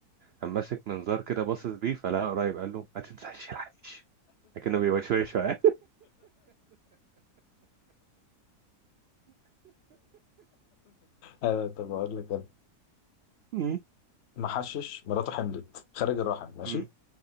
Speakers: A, on the right; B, on the left.
A: قام ماسك منظار كده باصص بيه فلقاه قريب قال له ما تنساش العيش لكنه بيوشوشه يعني
B: آه، طب اقول لك انا
A: <laughs> مم،
B: محشش مراته حملت خارج الرحم ماشي
A: مم،